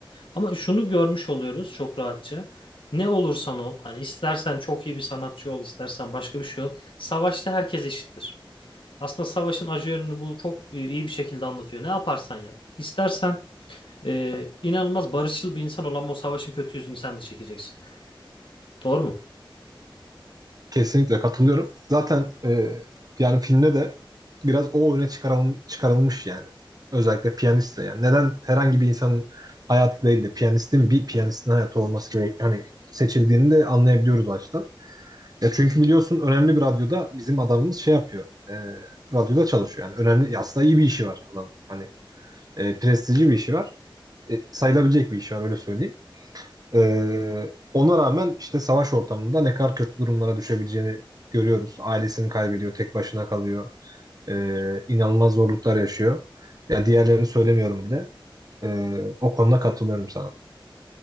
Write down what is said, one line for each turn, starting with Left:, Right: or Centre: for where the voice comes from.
Left: Ama şunu görmüş oluyoruz çok rahatça. Ne olursan ol, hani istersen çok iyi bir sanatçı ol, istersen başka bir şey ol. Savaşta herkes eşittir. Aslında savaşın acı yönünü bu çok e, iyi bir şekilde anlatıyor. Ne yaparsan yap. İstersen e, inanılmaz barışçıl bir insan olan o savaşın kötü yüzünü sen de çekeceksin. Doğru mu?
Right: Kesinlikle katılıyorum. Zaten e, yani filmde de biraz o öne çıkarılın- çıkarılmış yani. Özellikle piyanistle yani. Neden herhangi bir insanın hayatı değil de piyanistin bir piyanistin hayatı olması gerek- hani seçildiğini de anlayabiliyoruz baştan. Ya çünkü biliyorsun önemli bir radyoda bizim adamımız şey yapıyor. e, radyoda çalışıyor yani. Önemli aslında iyi bir işi var adam. Hani e, prestijli bir işi var. E, sayılabilecek bir işi var öyle söyleyeyim. Ee, ona rağmen işte savaş ortamında ne kadar kötü durumlara düşebileceğini görüyoruz. Ailesini kaybediyor, tek başına kalıyor. Ee, inanılmaz zorluklar yaşıyor. Ya diğerlerini söylemiyorum bile. Ee, o konuda katılıyorum sana.